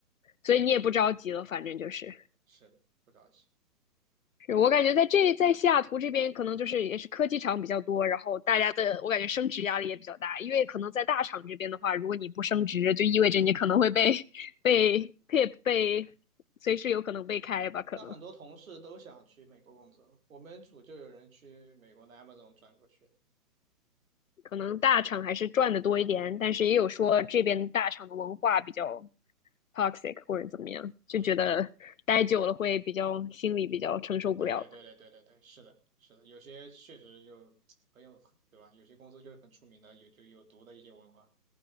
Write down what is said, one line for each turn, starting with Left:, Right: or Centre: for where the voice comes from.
Left: 所以你也不着急了，反正就是。
Right: 是的，不着急。
Left: 是我感觉在这在西雅图这边，可能就是也是科技厂比较多，然后大家的我感觉升职压力也比较大，因为可能在大厂这边的话，如果你不升职，就意味着你可能会被被被被随时有可能被开吧，可能
Right: 但很多同事都想去美国工作，我们组就有人去美国的 Amazon 转过去。
Left: 可能大厂还是赚的多一点，但是也有说这边大厂的文化比较 toxic 或者怎么样，
Right: 嗯，
Left: 就觉得待久了会比较心里比较承受不了
Right: 对对对对对对对，是的，是的，有些确实就很有，对吧？有些公司就是很出名的，有就有毒的一些文化